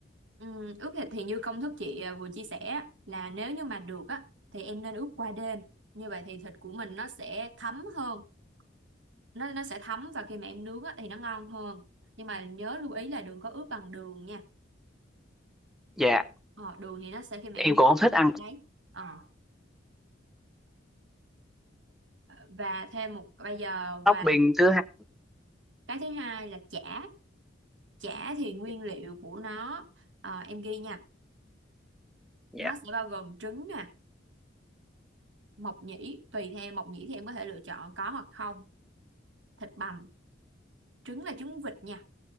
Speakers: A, on the right (about 75°); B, in the centre.
A: Ừm, ướp thịt thì như công thức chị à, vừa chia sẻ á, là nếu như mà được á thì em nên ướp qua đêm như vậy thì thịt của mình nó sẽ thấm hơn nó nó sẽ thấm và khi mà em nướng á, thì nó ngon hơn nhưng mà nhớ lưu ý là đừng có ướp bằng đường nha
B: Dạ,
A: ờ, đường thì nó sẽ khi mà
B: em
A: em
B: cũng
A: nướng
B: không thích ăn
A: đấy. ờ và thêm một bây giờ và
B: shopping thứ hai
A: cái thứ hai là chả chả thì nguyên
B: dạ
A: liệu của nó ờ, em ghi nha
B: dạ,
A: nó sẽ bao gồm trứng nè mộc nhĩ tùy theo mộc nhĩ thì em có thể lựa chọn có hoặc không thịt bằm trứng là trứng vịt nha